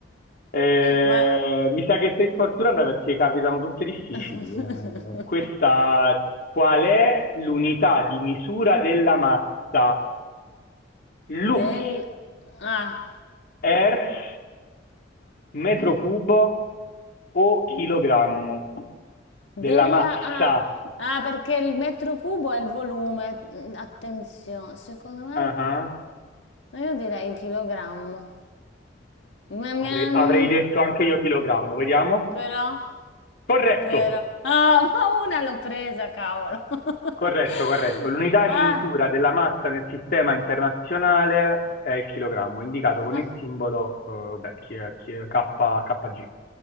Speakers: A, on the left; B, on the left.
A: Eh,
B: Vai.
A: mi sa che sei sfortunata perché capitano tutte difficili.
B: <laughs>
A: Eh, questa, qual è l'unità di misura della massa? Lux,
B: Del... Ah.
A: hertz, metro
B: Mm?
A: cubo o chilogrammo?
B: Mm? Della...
A: Della massa.
B: Ah. Ah, perché il metro cubo è il volume. Mm, Attenzione, secondo me...
A: Ah, ah.
B: No, Io direi il chilogrammo. Ma-
A: Avrei,
B: ma-
A: avrei
B: mm,
A: detto anche io chilogrammo, vediamo.
B: Però,
A: Corretto.
B: però. Ah, oh, <laughs> ma una l'ho presa, cavolo. <laughs>
A: Corretto, corretto. L'unità
B: Ma,
A: di misura della massa nel sistema internazionale è il chilogrammo, indicato con
B: ah,
A: il simbolo eh, beh, chi- chi- K- KG,